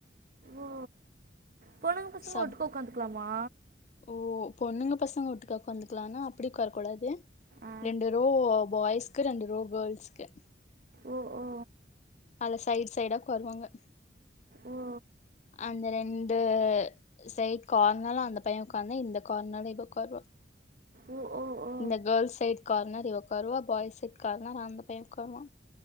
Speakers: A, on the right (about 50°); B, on the left (about 40°).
A: ஓ பொண்ணுங்க பசங்க
B: சப்
A: ஒட்டுக்க ஒக்காந்துக்லாம் மா
B: ஓ பொண்ணுங்க பசங்க ஓட்டுக்கா ஒக்காந்துகலானா அப்டி ஒக்காரகூடாது
A: ஆ
B: ரெண்டு ரோ பாய்ஸ்க்கு ரெண்டு ரோ கேர்ள்ஸ்க்கு
A: ஓ ஓ
B: அல சைட் சைடா ஒக்காருவாங்க
A: ஓ
B: அந்த ரெண் டு சைட் கார்னல்ல அந்த பைய ஒக்காந்து இந்த கார்னல்ல இவ ஒக்காருவா
A: ஓ ஓ ஓ
B: இந்த கேர்ள்ஸ் சைட் கார்னர் இவ உக் காருவா பாய்ஸ் சைட் கார் னர் அந்த பைய ஒக்காருவா